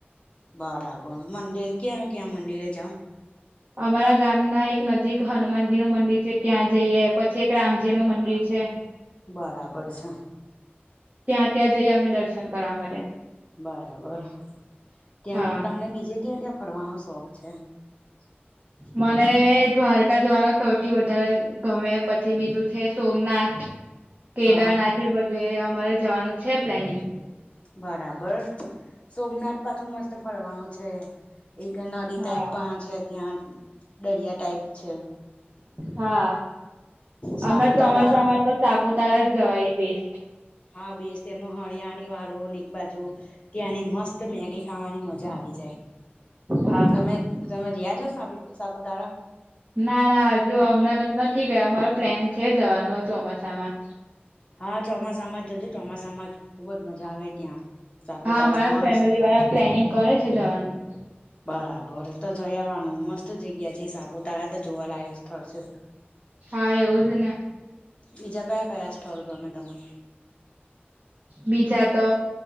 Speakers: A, on the left; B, on the right.
A: બરાબર, મંદિર ક્યાં ક્યાં મંદિરે જાઉ?
B: અમારા ગામ ના એક નજીક હનુમાનજી નું મંદિર છે ત્યાં જઈએ, પછી એક રામજી નું મંદિર છે.
A: બરાબર છે.
B: ત્યાં ત્યાં જઈએ, અમે દર્શન કરવા માટે
A: બરાબર, ત્યાં
B: હા
A: તમને બીજે ક્યાં-ક્યાં ફરવાનો શોખ છે? <inaudible>
B: મને દ્વારકા જવાનો સૌથી વધારે ગમે પછી બીજું છે, સોમનાથ કેદારનાથ
A: હા
B: ને બધે અમારે જવાનું છે, પ્લાનિંગ
A: બરાબર, સોમનાથ પાછું મસ્ત ફરવાનું છે. એક નદી
B: હા
A: ટાઈપ પણ છે, ત્યાં દરિયા ટાઇપ છે.
B: હા, હમણાં
A: સાપુતારા
B: ચોમાસામાં તો સાપુતારા જ જવાય, બેસ્ટ
A: હા, બેસ્ટ એમનું હળિયાણ વાળું ને એક બાજુ કે આની મસ્ત તો મેગી ખાવાની મજા આવી જાય,
B: હા.
A: તમે.. તમે જયા છો, સાપુ- સાપુતારા
B: ના-ના હજુ હમણાં ત નથી ગયા, અમારું પ્લેન છે, જવાનું ચોમાસામાં
A: હા, ચોમાસામાં જજો, ચોમાસામાં જ ખુબ જ મજા આવે ત્યાં સાપુતારા
B: હા, મારા
A: મસ્ત
B: ફેમિલી વાળા પ્લેનિંગ કરે છે જવાનું-
A: બરાબર, તો જઈ આવાનું મસ્ત જગ્યા છે, સાપુતારા તો જોવાલાયક સ્થળ છે.
B: હા, એવું જ ને
A: બીજા કયા-કયા સ્થળ ગમે તમને?
B: બીજા તો..